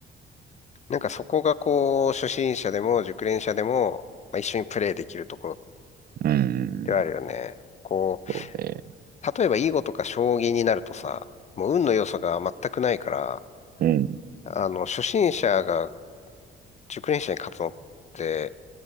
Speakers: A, on the left (about 35°); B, on the right (about 50°).
A: なんかそこがこう、初心者でも熟練者でも、まあ、一緒にプレイできるところ
B: うん。
A: ではあるよね。こう
B: そうね。
A: 例えば囲碁とか将棋になるとさ、もう運の要素が全くないから、
B: うん。
A: あの、初心者が熟練者に勝つのって